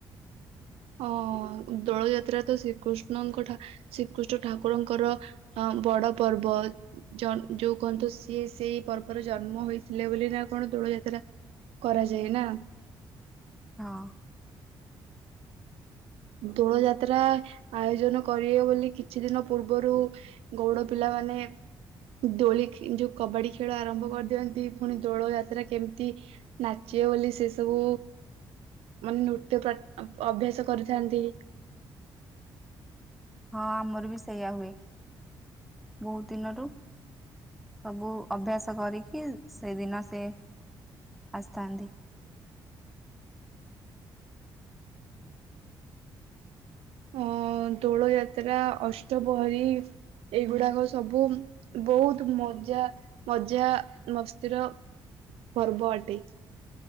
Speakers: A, on the right; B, in the centre.
A: ହଁ ଦୋଳ ଯାତ୍ରା ତ ଶ୍ରୀକୃଷ୍ଣଙ୍କ ଶ୍ରୀକୃଷ୍ଣ ଠାକୁରଙ୍କର ବଡ ପର୍ବ ଯୋଉ କୁହନ୍ତୁ ସିଏ ସେଇ ପର୍ବରେ ଜନ୍ମ ହେଇଥିଲେ ବୋଲି ନା କଣ ଦୋଳ ଯାତ୍ରା କରାଯାଏ ନା। <inaudible>
B: ହଁ।
A: ଦୋଳ ଯାତ୍ରା ଆୟୋଜନ କରିବେ ବୋଲି କିଛି ଦିନ ପୂର୍ବରୁ ଗୌଡ଼ ପିଲାମାନୋନ ଦୋଳି ଯୋଉ କବାଡି ଖେଳ ଆରମ୍ଭ କରିଦିଅନ୍ତି ପୁଣି ଦୋଳ ଯାତ୍ରା କେମିତି ନାଚିବେ ବୋଲି ସେ ସବୁ ମାନେ ନୃତ୍ୟ ଅଭ୍ୟାସ କରି ଯାନ୍ତି। <inaudible>
B: ହଁ ଆମର ବି ସେଇୟା ହୁଏ ବହୁତ ଦିନରୁ ସବୁ ଅଭ୍ୟାସ କରିକି ସେଦିନ ସେ ସେ ଆସିଥାନ୍ତି। <inaudible>
A: ଅ ଦୋଳ ଯାତ୍ରା ଅଷ୍ଟପହରୀ ଏଇଗୁଡାକ ସବୁ ବହୁତ ମଜା ମଜା ମସ୍ତିର ପର୍ବ ଅଟେ।